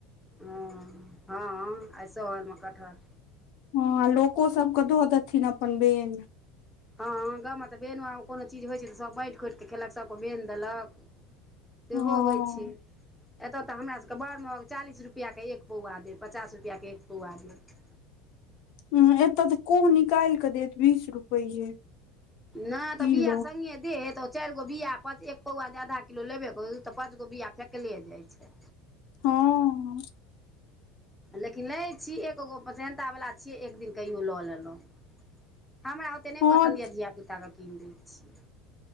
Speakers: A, in the centre; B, on the left.
A: हँ, हँ, आइ सहलमे कटहल।
B: हँ, लोको सभके दऽ देथिन अपन बेन।
A: हँ गावमे तऽ बन कोनो चीज होइ छै, तऽ सभ बाँटि खोइत कऽ खेलकके बनि देलक। सेहो
B: हँ
A: होइ छै। एतऽ तऽ हमरा सभके बड़ महग चालीस रुपैआके एक पौआ देब पचास रुपैआके एक पौआ देब।
B: ह, एतऽ तऽ कम निकालि कऽ देत बीस रुपैए।
A: नहि
B: किलो
A: तऽ बिआ सँघे देत। चारिगो बआ पाँच एक पौआ जे आधा किलो लेबे कर तऽ पाँचगो बीआ फेकले जाइ छै।
B: हँ।
A: लेकिन नहि छै, एगो पसन्तावला छियै एक दिन कहिओ लऽ लेलहुँ। हमरा ओतेक नहि
B: हँ
A: पसन्द यए धियापुताकेँ कीन दैत छै।